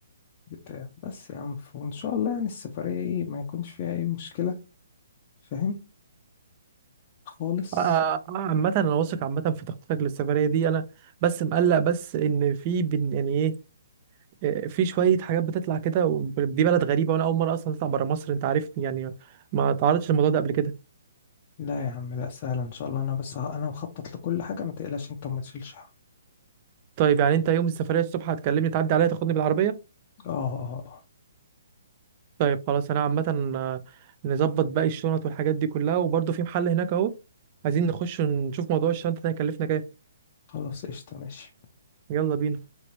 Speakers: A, on the left; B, on the right.
A: بتاع بس يا عم ف- وان شاء الله يعني السفريه ايه ما يكونش فيها اي مشكله فاهم خالص
B: آه، عامة أنا واثق عامة في تخطيطك للسفرية دي أنا بس مقلق بس إن في بن- يعني إيه آه، في شوية حاجات بتطلع كده ودي بلد غريبة وأنا أول مرة أصلا أطلع برا مصر أنت عارفني يعني ما تعرضتش للموضوع ده قبل كده
A: لا يا عم لا سهله ان شاء الله انا بس ه- انا مخطط لكل حاجه ما تقلقش انت وما تشيلش هم
B: طيب يعني أنت يوم السفرية الصبح هتكلمني تعدي عليا تاخدني بالعربية
A: اه اه آه. آه.
B: طيب خلاص أنا عامة آه، نظبط باقي الشنط والحاجات دي كلها وبرضه في محل هناك أهو عايزين نخش نشوف موضوع الشنطة ده هيكلفنا كام
A: خلاص قشطه ماشي
B: يلا بينا